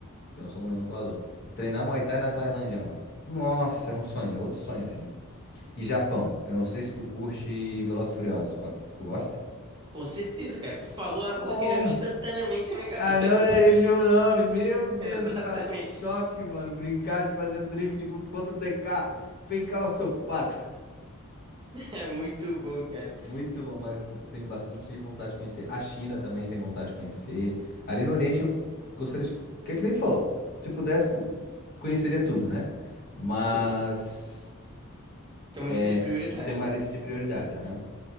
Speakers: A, on the left; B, on the right.
A: Porque eu não sou um lutador. Treinar Muay Thai na Tailândia, mano. Nossa, é um sonho, é outro sonho assim. E Japão, eu não sei se tu curte Velozes e Furiosos. Qual- Tu gosta?
B: Com certeza, cara. Tu falou, a música
A: Porra!
B: já vem instantaneamente na minha <laughs> cabeça,
A: Ah, não,
B: parceiro.
A: né? Ele o nome. Meu Deus,
B: Exatamente.
A: e pra Tóquio,
B: <laughs>
A: mano. Brincar de fazer drift com- contra o DK. Vem cá, o seu pato.
B: É muito bom, cara.
A: Muito bom, mas co- tenho bastante vontade de conhecer. A China também tem vontade de conhecer. Ali no Oriente eu gostaria de. Que é que nem tu falou. Se pudesse, co- conheceria tudo, né? Mas
B: Sim. Tem uma
A: é,
B: lista de prioridade,
A: tem uma
B: né?
A: lista de prioridades, aham.